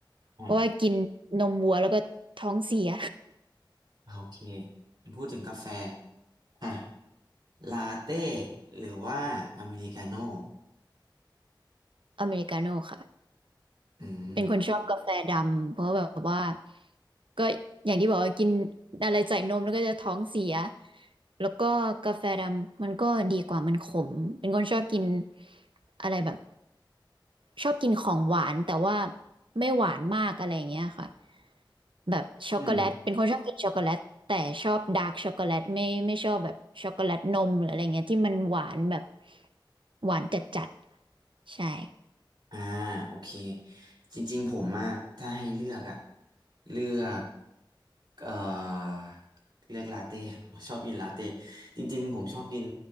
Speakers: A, on the right (about 65°); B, on the right (about 85°).
A: อ่
B: เพราะว่ากินนมวัวแล้วก็ท้องเสีย
A: าโอเคพูดถึงกาแฟ อ่ะลาเต้หรือว่าอเมริกาโน่
B: <laughs> อเมริกาโน่ค่ะ
A: อืม
B: เป็นคนชอบกาแฟดำเพราะแบบว่าก็อย่างที่บอกว่ากินอะไรใส่นมแล้วก็จะท้องเสียแล้วก็กาแฟดำมันก็ดีกว่ามันขมเป็นคนชอบกินอะไรแบบชอบกินของหวานแต่ว่าไม่หวานมากอะไรอย่างเงี้ยค่ะแบบช็อกโกแลตเป็นคนชอบกินช็อกโกแลตแต่ชอบดาร์กช็อกโกแลตไม่ไม่ชอบแบบช็อกโกแลตนมหรืออะไรเงี้ยที่มันหวานแบบ
A: อืม
B: หวานจัดจัดใช่
A: อ่าโอเคจริงๆผมอะถ้าให้เลือกอะเลือกเอ่อเลือกลาเต้ <laughs> ผมชอบกินลาเต้จริงๆผมชอบกิน